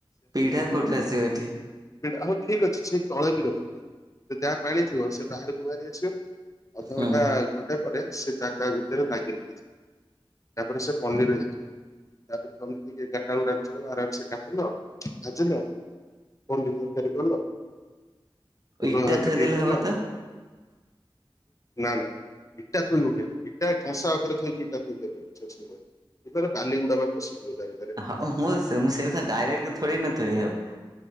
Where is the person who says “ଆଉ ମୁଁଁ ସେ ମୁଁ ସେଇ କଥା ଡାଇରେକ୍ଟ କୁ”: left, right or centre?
Right